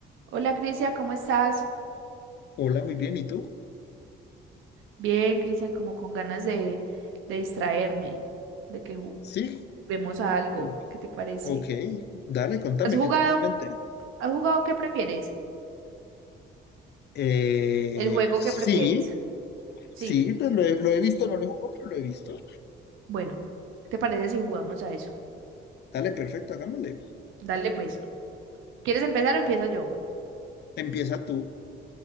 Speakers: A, on the right; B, on the left.
A: Hola Cristian, ¿cómo estás?
B: Hola, muy bien. ¿Y tú?
A: Bien, Cristian, como con ganas de, de distraerme, de que
B: Sí,
A: juguemos a algo.
B: o-
A: ¿Qué te parece?
B: ok. Dale, contame,
A: ¿Has jugado?
B: ¿qué tenés en mente?
A: ¿Has jugado qué prefieres?
B: Eh,
A: ¿El juego
B: sí,
A: que prefieres? Sí,
B: sí, pues lo he, lo he visto, no lo he jugado, pero lo he visto.
A: bueno, ¿qué te parece si jugamos a eso?
B: Dale, perfecto, hagámosle.
A: Dale pues. ¿Quieres empezar o empiezo yo?
B: Empieza tú.